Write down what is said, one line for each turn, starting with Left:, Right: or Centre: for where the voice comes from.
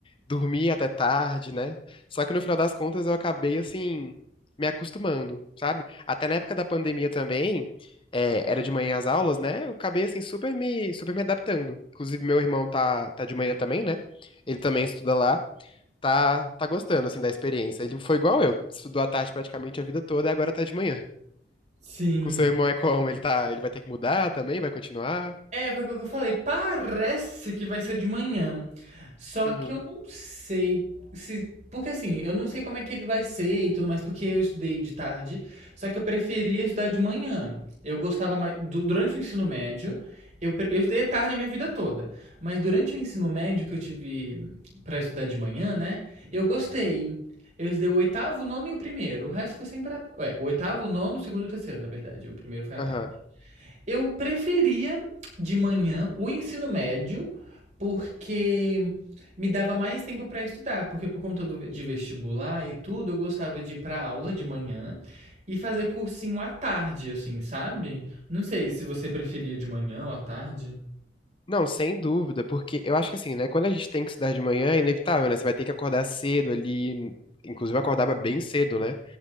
Left: dormia até tarde, né? Só que no final das contas eu acabei, assim, me acostumando, sabe? Até na época da pandemia também, é, era de manhã as aulas, né? Eu acabei, assim, super me, super me adaptando. Inclusive, meu irmão tá, tá de manhã também, né? Ele também estuda lá tá, tá gostando, assim, da experiência. Ele foi igual eu, estudou à tarde praticamente a vida toda e agora tá de manhã.
Right: Sim.
Left: Com seu irmão é como? Ele tá, ele vai ter que mudar também? Vai continuar?
Right: É, foi o que eu falei. Parece que vai ser de manhã. Só
Left: Uhum,
Right: que eu não sei se. Porque assim, eu não sei como é que ele vai ser e tudo mais, porque eu estudei de tarde. Só que eu preferia estudar de manhã. Eu gostava mais. du- durante o ensino médio, eu, pre- eu estudei à tarde a minha vida toda. Mas durante o ensino médio que eu tive pra estudar de manhã, né? Eu gostei. Eu estudei o oitavo, o nono e o primeiro. O resto foi sempre. À... Ué, o oitavo, o nono, o segundo e o terceiro, na verdade. O primeiro foi à
Left: aham.
Right: tarde. Eu preferia de manhã o ensino médio, porque me dava mais tempo para estudar, porque por conta do- de vestibular e tudo, eu gostava de ir para aula de manhã e fazer cursinho à tarde, assim, sabe? Não sei se você preferia de manhã ou à tarde.
Left: Não, sem dúvida, porque eu acho que assim, né, quando a gente tem que estudar de manhã, é inevitável, né? Você vai ter que acordar cedo ali, inclusive eu acordava bem cedo, né?